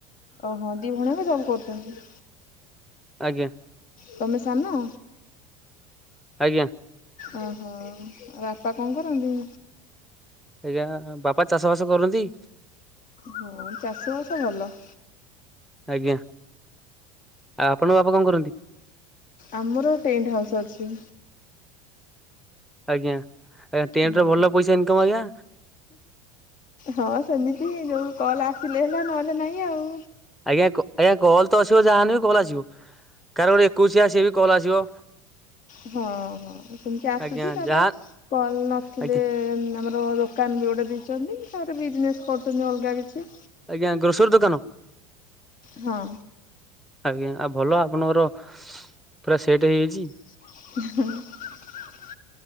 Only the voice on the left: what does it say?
ଓହୋ ଦି ଭୋଉଣୀ ଆକ ଜବ କରୁଚନ୍ତି।
ତମେ ସାନ
ଓହୋ ଆଉ ବାପା କଣ କରନ୍ତି?
ହଁ ଚାଷୀ ବାସ ଭଲ।
ଆମର ଟେଣ୍ଟ ହାଉସ୍ ଅଛି।
ହଁ
ହଁ ସେମିତି ଯୋଉ କଲ ଆସିଲେ ହେଲା ନ ହେଲେ ନାଇଁ ଆଉ।
ହଁ ହଁ ସେମିତି ଆସୁଛି
ତାପରେ
କଲ ନଥିଲେ
ଆମର ତ ଦୋକାନ ବି ଗୋଟେ ଦେଇଛନ୍ତି ତାପରେ ବିଜନେସ୍ କରୁଛନ୍ତି ଅଲଗା କିଛି।
ହଁ।
<unintelligible>